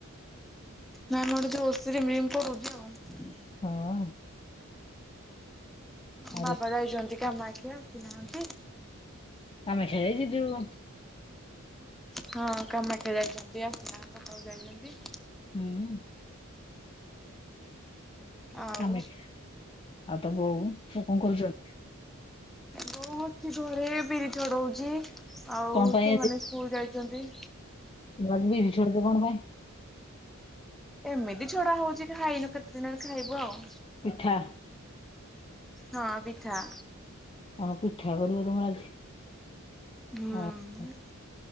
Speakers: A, in the centre; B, on the left (about 25°).
A: ନାମରେ ଯୋଉ ଓଷରି ମିମ୍ ପଡୁଛି ଆଉ।
B: ହଁ। ଆରେ
A: ବାବା ଯାଇଛନ୍ତି କାମାକ୍ଷା ଆସିନାହାନ୍ତି।
B: ଆମେ ଖାଇକି ଯିବୁ।
A: ହଁ କାମାକ୍ଷା ଯାଇଛନ୍ତି ଆସିନାହାନ୍ତି ସକାଳୁ ଯାଇଛନ୍ତି।
B: ହୁଁ।
A: ଆଉ
B: କାମାକ୍ଷା। ଆଉ ତ ବୋଉ ସେ କଣ କରୁଛନ୍ତି?
A: ବୋଉ ଅଛି ଘରେ ବିରି ଛଡ଼ଉଛି। ଆଉ
B: କଣ ପାଇଁ
A: ଛୁଆମାନେ ସ୍କୁଲ ଯାଇଛନ୍ତି।
B: ମାନେ ବିିରି ଛଡ଼ଉଛି କଣ ପାଇଁ?
A: ଏମିତି ଛଡ଼ା ହଉଛି ଖାଇନୁ କେତେ ଦିନରୁ ଖାଇବୁ ଆଉ।
B: ପିଠା
A: ହଁ ପିଠା।
B: ହଁ ପିଠା କରିବ ତମର ଆଜି,
A: ହୁଁ।
B: ହଁ ହଁ।